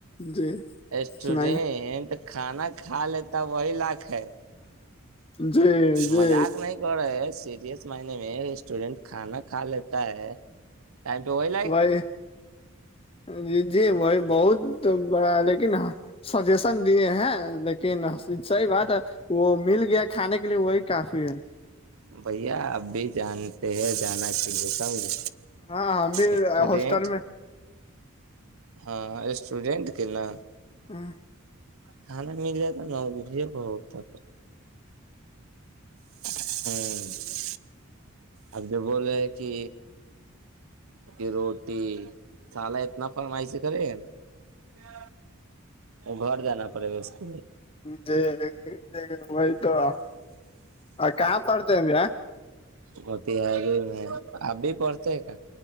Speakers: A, on the left; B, on the right.
A: جی
B: اسٹوڈینٹ
A: سنائیے
B: تو کھانا کھا لیتا وہی لاکھ ہے
A: جی جی
B: مذاق نہیں کر رہے سیریس مائ میں ریسٹورینٹ کھانا کھا لیتا ہے ٹم ول
A: وہی جی وہی بہت بڑا لیکن ہ سجیشن دیے ہیں لیکن صحیح بات ہے وہ مل گیا کھانے کے لیے وہی کافی ہے
B: بھیا اب بھی جانتے ہیں جانا چ لیے سمجھ
A: ہاں ہم بھی
B: اسٹوڈینٹ
A: ہوسٹل میں
B: ہاں اسٹوڈنٹ کے نا
A: ہ <unintelligible>
B: کھانا مل جات تو نج بہت تھا ہاں اب جو بول کہ کہ روٹی سالا اتنا فرمائش کرے گا نا ج <unintelligible> وہ گھر جانا پڑے گا اسسے
A: ج ج گ ہمئی تو آ کا پاڑتے میاا
B: موتی حاریی میں آپ بھی پڑھتے ہیں کیا